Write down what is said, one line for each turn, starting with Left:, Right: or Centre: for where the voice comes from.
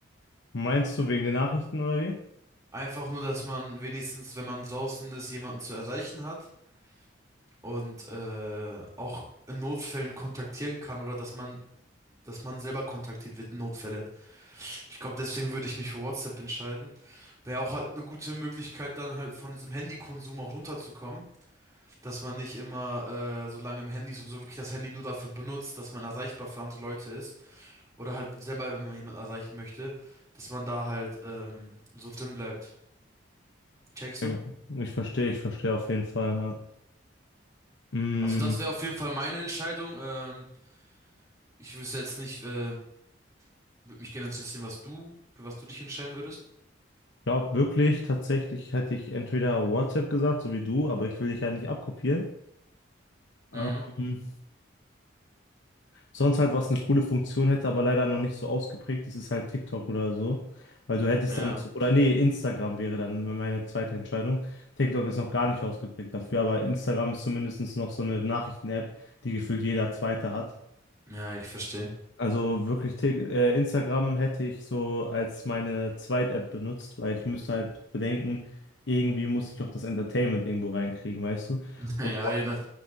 Left: Meinst du wegen den Nachrichten oder wie?
Right: Einfach nur, dass man wenigstens, wenn man draußen ist, jemanden zu erreichen hat und äh, auch in Notfällen kontaktieren kann oder dass man, dass man selber kontaktiert wird in Notfälle. Ich glaube, deswegen würde ich mich für WhatsApp entscheiden. Wäre auch halt eine gute Möglichkeit, dann halt von diesem Handykonsum auch runterzukommen, dass man nicht immer äh, so lange im Handy ist und so wirklich das Handy nur dafür benutzt, dass man erreichbar für andere Leute ist. Oder halt selber, wenn man jemanden erreichen möchte, dass man da halt ähm, so drin bleibt. Checkst
Left: Ja,
Right: du?
Left: Ich verstehe, ich verstehe auf jeden Fall. Ja. Mm,
Right: Also das wäre auf jeden Fall meine Entscheidung. Ähm, ich wüsste jetzt nicht, äh, würde mich gerne interessieren, was du, für was du dich entscheiden würdest.
Left: glaub wirklich, tatsächlich hätte ich entweder WhatsApp gesagt, so wie du, aber ich will dich ja nicht abkopieren.
Right: Mhm.
Left: Ähm, sonst halt, was eine coole Funktion hätte, aber leider noch nicht so ausgeprägt ist, ist halt TikTok oder so. Weil du hättest
Right: Ja.
Left: dann, oder nee, Instagram wäre dann meine zweite Entscheidung. TikTok ist noch gar nicht ausgeprägt dafür, aber Instagram ist zumindest noch so eine Nachrichten-App, die gefühlt jeder Zweite hat.
Right: Ja, ich verstehe.
Left: Also wirklich Tik- äh, Instagram hätte ich so als meine Zweit-App benutzt, weil ich müsste halt bedenken, irgendwie muss ich auch das Entertainment irgendwo reinkriegen, weißt du?
Right: <laughs>
Left: Und,
Right: Ja,
Left: Wa-
Right: je nach-